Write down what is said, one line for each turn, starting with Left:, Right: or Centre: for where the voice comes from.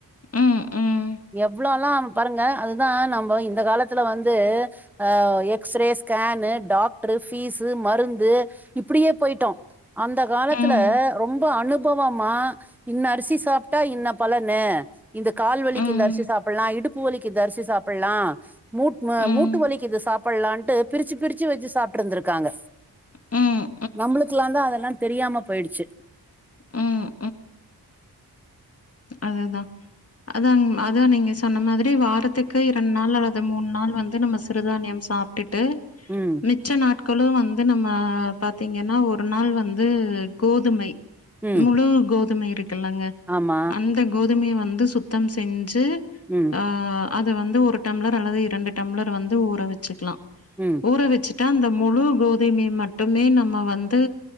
Left: ம், ம்,
Centre: இவால்லா பாருங்க அதுதா நம்ப இந்த காலத்துல வந்து ஆ எக்ஸ்ரே ஸ்கேனு டாக்ட்ரு ஃபீஸ்சு மருந்து இப்டியே போயிட்டோ அந்த காலத்துல
Left: ம்,
Centre: ரொம்ப அனுபவமா இன்ன அரிசி சாப்ட்டா இன்ன பலனு இந்த கால்வலிக்கு
Left: ம், ம்,
Centre: இந்த அரிசி சாப்பிட்லா இடுப்பு வலிக்கு இந்த அரிசி சாப்பிட்லா மூட்
Left: ம்,
Centre: மூட் இது சாப்பிட்லான்ட்டு பிரிச்சு பிரிச்சு வெச்சு சாப்ட் இருந்திருக்காங்க
Left: ம்,
Centre: நம்ளுக் ஏந்தா அதெல்லா தெரியாம பொய்டுச்சு
Left: ம், அவல்தா அதான் ம் அதான் நீங்க சொன்ன மாதிரி வாரத்துக்கு இரண்டு நாள் அல்லது மூணு நாள் வந்து நம்ம சிறுதானியம் சாப் டுட்டு
Centre: ம்
Left: மிச்ச நாட்களு வந்து நம்ம பாத்தீங்கனா ஒரு நாள் வந்து கோதுமை
Centre: ம்
Left: முழு கோதுமை இருக்குலங்க
Centre: ஆமா
Left: அந்த கோதுமைய வந்து சுத்தம் செஞ்சு
Centre: ம்
Left: ஆ அது வந்து ஒரு டம்ளர் அல்லது இரண்டு டம்ளர் வந்து ஊற வெச்சுக்கலா
Centre: ம்
Left: ஊற வெச்சுட்டா அந்த முழு கோதுமை மட்டுமே நம்ம வந்து